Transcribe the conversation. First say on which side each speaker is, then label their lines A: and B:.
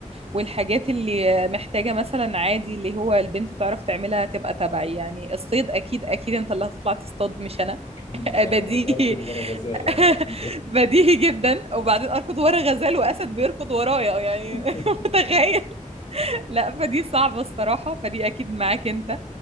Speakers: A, on the right (about 50°); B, on the left (about 40°).
A: والحاجات اللي محتاجه مثلا عادي اللي هو البنت تعرف تعملها هتبقى تبعي يعني الصيد اكيد اكيد انت اللي هتطلع تصطاد مش انا
B: اكيد
A: <laughs>
B: مش
A: بديهي
B: راح اقعد اركض ورا غزال انا
A: <laughs>
B: اصيده
A: بديهي جدا وبعدين اركض ورا غزال واسد بيركض ورايا يعني
B: <laughs>
A: <laughs> متخيل لا فدي صعبه الصراحه فدي اكيد معاك انت